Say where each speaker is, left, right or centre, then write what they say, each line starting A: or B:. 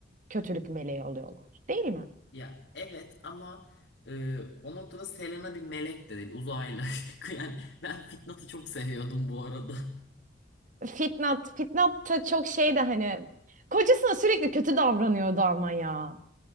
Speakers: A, on the right (about 45°); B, on the left (about 65°).
A: kötülük meleği oluyorlar. Değil mi?
B: Ya evet ama e, o noktada Selena bir melek de değil. Uzaylı. <laughs> Yani ben Fitnat'ı çok seviyordum bu arada.
A: Fitnat, Fitnat da çok şey de hani kocasına sürekli kötü davranıyordu ama ya.